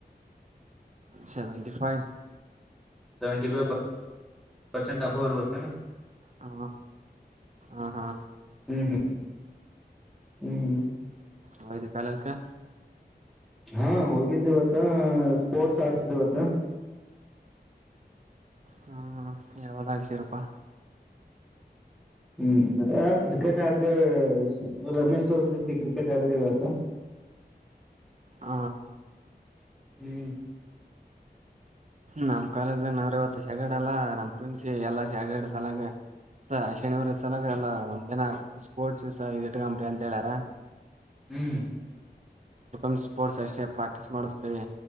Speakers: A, on the right; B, in the centre.
A: ಸೆವೆಂಟಿಫೈವ್
B: ಸೆವೆಂಟಿ ಫೈವ್ <inaudible> ಬರ್ಬತ್ತ
A: ಹ ಹಾ ಹಾ
B: ಹ್ಮ ಹ. ಹ್ಮ್ ಹ್ಮ್
A: ಹೋಗಿದ್ದ ಕಾಲ್ಯಾಕ್ಕ್.
B: ಹಾ ಹೋಗಿದ್ದೇವತ್ತೆ ಸ್ಪೋರ್ಟ್ಸ್ ಆಡ್ಸಿದವತ್ತು
A: ಹ್ಮ್ ಯಾವ್ದ ಅಳ್ ಸಿರಪ್ಪಾ.
B: ಹ್ಮ್ ಹ ಕ್ರಿಕೆಟ್ ಆಡ್ ದೆ ರಮೇಶ್ ಸರ್ ಜೊತೆ ಕ್ರಿಕೆಟ್ ಚಡದೆವತ <unintelligible>
A: ಹ
B: ಹ್ಮ್
A: ನಮ್ ಕಾಲೇಜ್ ಅವ್ರ ಇವತ್ತು ಶಡ್ ಅಲ್ಲಾ ನಮ್ ಪ್ರನ್ಸ ಎಲ್ಲಾ ಶಡ್ ಸಲಾಗ ಶನಿವಾರ ಸಲಾಗ ಎಲ್ಲಾ ಒಂದ್ ಜನ ಸ್ಪೋರ್ಟ್ ಶೂ ಸ ಇದಿಟ್ಕಂಬ್ರಿ ಅಂತ ಹೇಳಾರ.
B: ಹ್ಮ್
A: ಣ್ ಸ್ಪೋರ್ಟ್ಸ್ ಅಷ್ಟೇ ಪ್ರಾಕ್ಟೀಸ್ ಮಾಡಿಸ್ತೀವಿ.